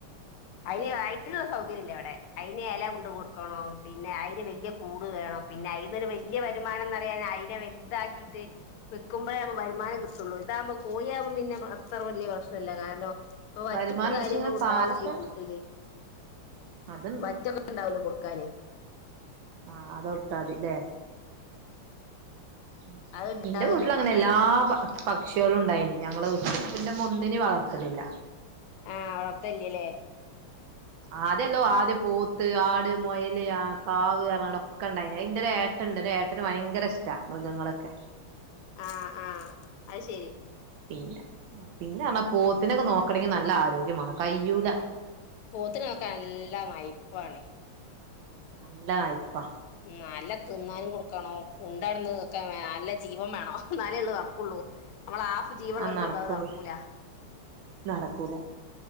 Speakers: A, on the left; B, on the right.
A: അതിന് അതിനൊരു സൗകര്യം ഇല്ല എവിടെ അയിന് ഇല കൊണ്ട കൊടുക്കണം പിന്നെ അയിന് വല്യ കൂട് വേണം പിന്നെ അതിനൊരു വല്യ വരുമാനംന്ന്റിയ അതിനെ വലുതാക്കിട്ട് വെക്കുമ്പോഴേ വരുമാനം
B: ഉം
A: കിട്ടുള്ളൂ ഇതാവകുമ്പോ കോഴിയകുമ്പോം പിന്നെ അത്ര വലിയ പ്രശ്ന ഇല്ല കാരണം മറ്റു
B: വരുമാനണ്ട്
A: കാര്യങ്ങളും
B: പക്ഷെ ഇങ്ങനെ
A: ഉണ്ടാവു
B: പാലൊക്കെ
A: ചെയ്യും വി
B: അതുണ്ട്
A: മറ്റൊക്കെ ഉണ്ടാവില്ലേ കൊടു കാല്
B: ആഹ അത കൊടുത്താതില്ലേ ഉ
A: അത് ഉണ്ടാവല്ലോ
B: ഇന്റെ വീട്ടില അങ്ങനെ
A: കൊടുക്കാന്
B: എല്ലാ പക്ഷികള ഉണ്ടായിനി ഞങ്ങള് വിട്ടില് ഇന്റെ ഉമ്മ വളർത്തലില്ല
A: അ വളത്തല്ലല്ലേ
B: ആതല്ലോ ആദ്യ പോത്ത് ആട് മൊയല് ആ പാവ് പറഞ്ഞാട് ഒക്കെ ഇണ്ടായി അതിന്റെ ഏട്ടണ്ട് ഏട്ടന് ഭയങ്കര ഇഷ്ട മൃഗങ്ങളൊക്കെ
A: അ അ അഹ് ശരി
B: പിന്നെ പിന്നെ പറഞ്ഞ പോത്തിനൊക്കെ നോക്കണമെങ്കി നല്ല ആരോഗ്യമാണ് കയ്യൂല
A: പോത്ത്നെ നോക്കാൻ നല്ല മൈ വൺ
B: അല്ല ആയിപ്പാ
A: നല്ല തിന്നാനും കൊടുക്കണോ കൊണ്ടടുന്നത്ക്ക നല്ല ജീവം വേണോ എന്നാലേ ഉള്ള തറക്കുള്ളൂ നമ്മള ആഫ ജീവണവക്ക
B: ആ നടക്കുള്ളൂ
A: ഒന്ത അത് നടക്കൂല
B: നടക്കൂല